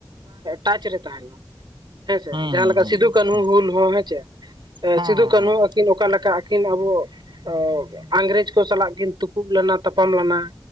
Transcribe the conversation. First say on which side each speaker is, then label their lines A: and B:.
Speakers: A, on the right; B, on the right.
A: ᱴᱟᱪ ᱨᱮ ᱛᱟᱦᱮᱱᱟ ᱦᱮᱸᱥᱮ
B: ᱦᱩᱸ
A: ᱡᱟᱦᱟᱸ
B: ᱦᱩᱸ
A: ᱞᱮᱠᱟ
B: ᱦᱩᱸ
A: ᱥᱤᱫᱩ ᱠᱟᱹᱱᱦᱩ
B: ᱦᱩᱸ
A: ᱦᱩᱞ ᱦᱚᱸ ᱦᱮᱸᱪᱮ
B: ᱦᱮᱸ
A: ᱥᱤᱫᱩ
B: ᱦᱮᱸ
A: ᱠᱟᱹᱱᱦᱩ
B: ᱦᱮᱸ
A: ᱟᱹᱠᱤᱱ ᱚᱠᱟ ᱞᱮᱠᱟ ᱟᱹᱠᱤᱱ ᱟᱵᱚ ᱚᱻ ᱤᱝᱨᱮᱡᱽ ᱠᱚ ᱥᱟᱞᱟᱜ ᱠᱤᱱ ᱛᱩᱯᱩᱜ ᱞᱮᱱᱟ ᱛᱟᱯᱟᱢ ᱞᱮᱱᱟ